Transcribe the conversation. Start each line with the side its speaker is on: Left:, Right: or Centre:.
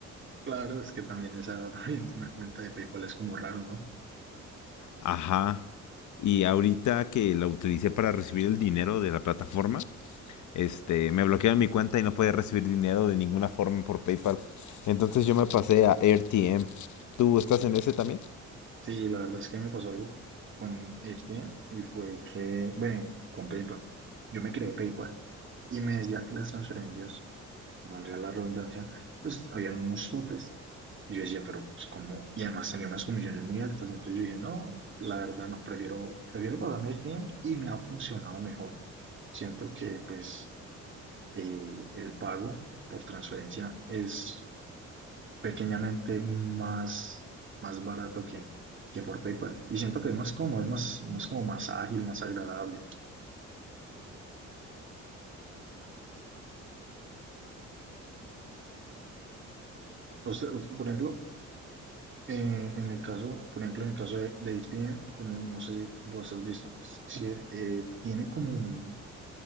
Right: Claro, es que también esa edad <laughs> abriendo una cuenta de PayPal es como raro, ¿no?
Left: Ajá. Y ahorita que la utilicé para recibir el dinero de la plataforma, este, me bloquearon mi cuenta y no podía recibir dinero de ninguna forma por PayPal. Entonces yo me pasé a AirTM. ¿Tú estás en ese también?
Right: Sí, la verdad es que me pasó algo con Irtia y fue que, bueno, con PayPal. Yo me creé PayPal y me decía que las transferencias valga la redundancia, pues habían unos topes. Y yo decía, pero pues como, y además tenía unas comisiones muy altas, entonces yo dije, no, la verdad no, prefiero, prefiero pasarme el tiempo y me ha funcionado mejor. Siento que pues eh, el pago por transferencia es pequeñamente más, más barato que, que por PayPal. Y siento que es más cómodo, es más, más como más ágil, más agradable. O sea, por ejemplo, Eh, en el caso, por ejemplo, en el caso de, de ESPN, pues, no, no sé si vos has visto, si, si, eh, tiene como un,